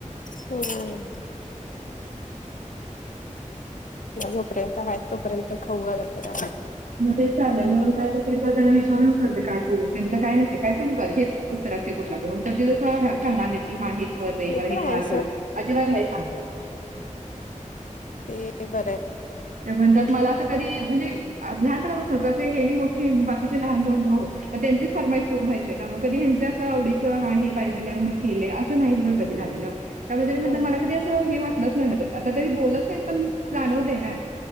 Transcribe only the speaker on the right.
मग तेच चालंल मग काय तर त्यांच त्यांना विचारूनच करते काय करू त्यांच काय नसे काय पण कर हेच. उत्तर असते कुठल्याकडून तर दिवस चांगणार नाही. कि हा हे खर
रे मला
हे
खा अजिबला
नाही सांगत.
म्हणतात मला असं कधी म्हणजे लहानपणा बसं कसं हे आणि मोठे बाकीचे लहान दोन भाऊ मग त्यांचीच फरमाईश परून व्हायची ना मग कधी ह्यांचं असं आवडीच हा हे पाहिजे के नाही मग कधी झालेलं. त्यामुळेरी
म्हण मला कधी असं हे वाटलंच नाही म्हण आता तरी बोलत नाही पण जाणव देणार.